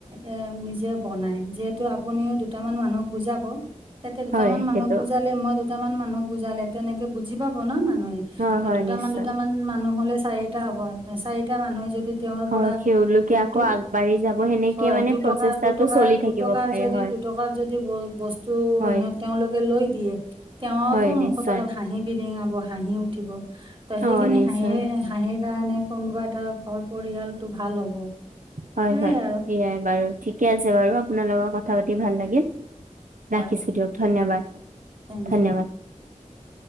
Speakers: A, on the right (about 40°); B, on the right (about 80°).
A: এ নিজে বনাই যিহেতু আপুনিও দুটামান মানুহক বুজা, তাতে দুটামান
B: হয়
A: মানুহক
B: সেইটো
A: বুজালে মই দুটামান মানুহক বুজালে তেনেকে বুজি পাব ন মান মানুে
B: হয়
A: ত
B: হয়
A: দুট
B: নিশ্চয়
A: মান দুটামান মানুহ হলে চাৰিটা হব চাৰিটা মানুহে যদি, তেওঁৰ
B: হয়
A: পৰা
B: সেওঁলোকে
A: দু
B: আকৌ
A: দু
B: আগবাঢ়ি যাব সেনেকে
A: হয়
B: মানে
A: দুটকা
B: প্ৰচেষ্টাটো
A: দুটকা
B: চলি
A: দুটকাৰ
B: থাকিব পাৰে
A: যদি,
B: হয়
A: টকাৰ যদি ব বস্ত টো
B: হয়
A: সিহঁত তেওঁলোকে লৈ দিয়ে, তেওঁ
B: হয়
A: আকৌ
B: নিশ্চয়
A: মুখত অলপ হাঁহি বিৰিঙাব হাঁহি, উথিব, ত সেইখিনি
B: অ নিশ্চয়
A: হাঁহি হাঁহি সেইকাৰণে কোনোবা এটা ঘৰ পৰিয়ালটো ভাল হ'ব।
B: হয়
A: সেইয়াই
B: হয়,
A: আৰু
B: সেইয়াই বাৰু ঠিকে আছে বাৰু আপোনাৰ লগত কথা পাতি ভাল লাগিল।
A: হয়
B: ৰাখিছোঁ দিয়ক ধন্যবাদ।
A: থেংক
B: ধন্যবাদ।
A: ইউ